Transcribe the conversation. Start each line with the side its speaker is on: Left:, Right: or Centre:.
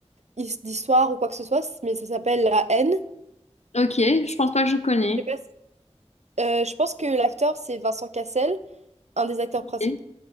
Right: his- d'histoire ou quoi que ce soit, mais ça s'appelle La haine.
Left: Ok, je pense pas que je connais.
Right: Je sais pas si- Euh, je pense que l'acteur, c'est Vincent Cassel, un des acteurs
Left: Ok.
Right: principaux.